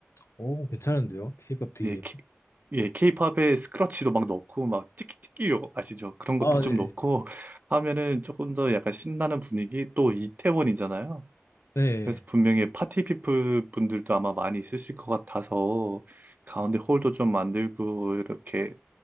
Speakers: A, on the left; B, on the right.
A: 오 괜찮은데요? K-pop DJ.
B: 예, K, 예, K-pop에 스크러치도 막 넣고 막 띠끼띠끼요 아시죠? 그런
A: 아,
B: 것도 좀
A: 네.
B: 넣고 하면은 조금 더 약간 신나는 분위기 또 이태원이잖아요.
A: 네.
B: 그래서 분명히 파티 피플 분들도 아마 많이 있으실 것 같아서 가운데 홀도 좀 만들고 이렇게